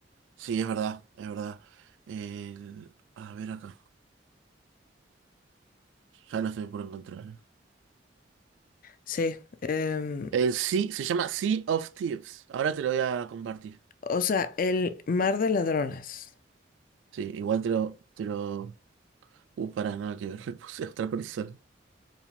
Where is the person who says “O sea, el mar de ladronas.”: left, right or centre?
Left